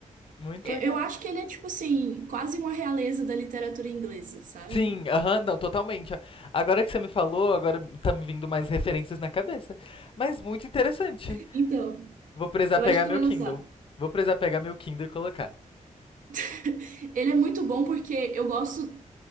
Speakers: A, on the left; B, on the right.
A: Muito
B: eu
A: legal.
B: eu acho que ele é tipo assim, quase uma realeza da literatura inglesa, sabe?
A: Sim, aham, não, totalmente. Agora que você me falou, agora tá me vindo mais referências na cabeça. Mas muito interessante.
B: Então,
A: Vou precisar
B: eu
A: pegar
B: acho que tu
A: meu
B: vai
A: Kindle.
B: gostar.
A: Vou precisar pegar meu Kindle e colocar.
B: <laughs> Ele é muito bom porque eu gosto